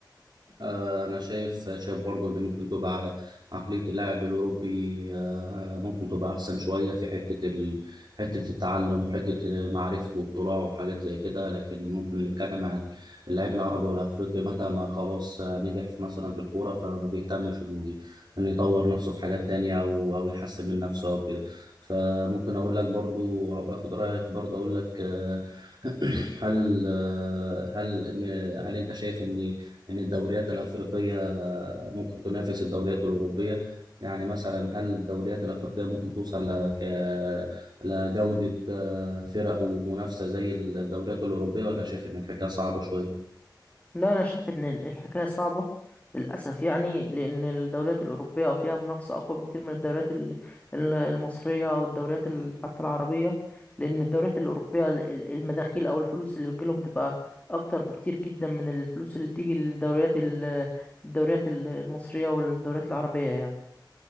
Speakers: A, on the right (about 65°); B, on the left (about 20°).
A: آه، أنا شايف شايف برضو إن ممكن تبقى عقلية اللاعب الأوروبي آه، ممكن تبقى أحسن شوية في حتة ال... حتة التعلم وحتة معرفته واطلاعه وحاجات زي كده لكن ممكن نتكلم عن اللاعب العربي والأفريقي متى ما خلاص آه، نجح في مثلا في الكورة فما بيهتمش إنه ي- إنه يطور نفسه في حاجات تانية أو أو يحسن من نفسه أو كده فممكن أقول لك برضو أو آخد رأيك برضو أقول لك آه، <clears throat> هل آه، هل هل أنت شايف إن ان الدوريات الافريقيه ممكن تنافس الدوريات الاوروبيه يعني مثلا هل الدوريات الافريقيه ممكن توصل لك لجوده آه، فرق ومنافسه زي الدوريات الاوروبيه ولا شايف ان الحكايه صعبه شويه
B: لا أنا شايف إن ال- الحكاية صعبة للأسف يعني لأن الدوريات الأوروبية فيها منافسة أقوى بكتير من الدوريات ال- ال- المصرية أو الدوريات ال- حتى العربية لأن الدوريات الأوروبية ال- ال- المداخيل أو الفلوس اللي بتجيلهم بتبقى أكتر بكتير جدا من الفلوس اللي بتيجي للدوريات ال- الدوريات ال- المصرية والدوريات العربية يعني